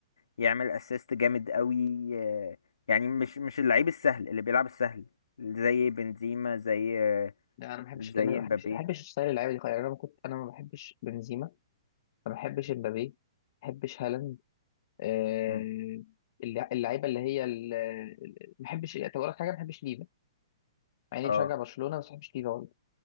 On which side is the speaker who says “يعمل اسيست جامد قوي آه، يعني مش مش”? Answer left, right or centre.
Left